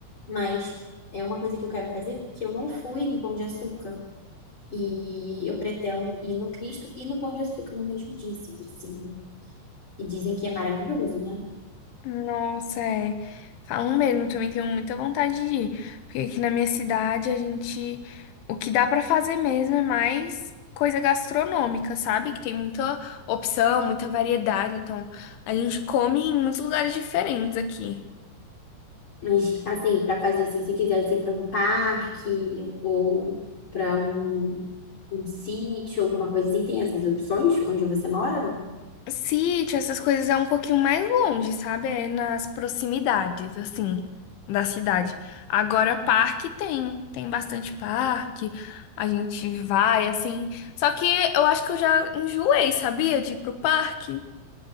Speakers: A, on the left; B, on the left.
A: Mas é uma coisa que eu quero fazer porque eu não fui no Pão de Açúcar e eu pretendo ir no Cristo e no Pão de Açúcar no mesmo dia, se possível. E dizem que é maravilhoso, né?
B: Nossa, é. Falam mesmo, também tenho muita vontade de ir. Porque aqui na minha cidade a gente. O que dá pra fazer mesmo é mais coisa gastronômica, sabe? Que tem muita opção, muita variedade. Então a gente come em muitos lugares diferentes aqui.
A: Mas, assim, para fazer, se você quisesse ir para um parque ou para um, um sítio, alguma coisa assim, tem essas opções onde você mora, não?
B: Sítio, essas coisas é um pouquinho mais longe, sabe? É nas proximidades, assim, da cidade. Agora, parque tem, tem bastante parque, a gente vai, assim. Só que eu acho que eu já enjoei, sabia? De ir pro parque.